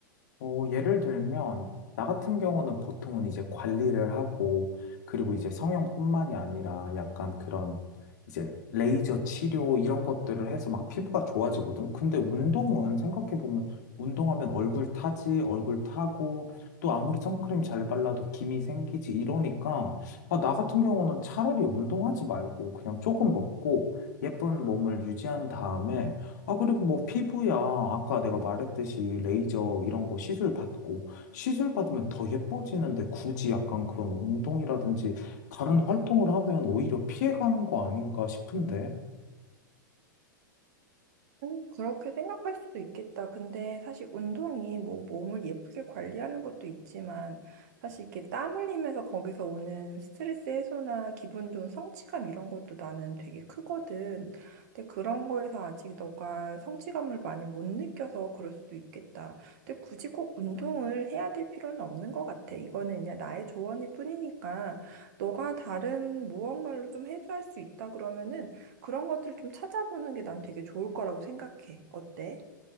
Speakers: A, on the left; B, on the right.
A: 어, 예를 들면, 나 같은 경우는 보통은 이제 관리를 하고, 그리고 이제 성형뿐만이 아니라 약간 그런 이제 레이저 치료 이런 것들을 해서 막 피부가 좋아지거든. 근데 운동은 생각해보면, 운동하면 얼굴 타지, 얼굴 타고, 또 아무리 선크림 잘 발라도 김이 생기지 이러니까, 아, 나 같은 경우는 차라리 운동하지 말고 그냥 조금 먹고 예쁜 몸을 유지한 다음에 아, 그리고 뭐 피부야. 아까 내가 말했듯이 레이저 이런 거 시술 받고, 시술 받으면 더 예뻐지는데 굳이 약간 그런 운동이라든지 다른 활동을 하면 오히려 피해가는 거 아닌가 싶은데?
B: 음, 그렇게 생각할 수도 있겠다. 근데 사실 운동이 뭐 몸을 예쁘게 관리하는 것도 있지만 사실 이렇게 땀 흘리면서 거기서 오는 스트레스 해소나 기분 좋은 성취감 이런 것도 나는 되게 크거든. 근데 그런 거에서 아직 너가 성취감을 많이 못 느껴서 그럴 수도 있겠다. 근데 굳이 꼭 운동을 해야 될 필요는 없는 것 같아. 이거는 그냥 나의 조언일 뿐이니까 너가 다른 무언가로 좀 해소할 수 있다 그러면은 그런 것들을 좀 찾아보는 게 난 되게 좋을 거라고 생각해. 어때?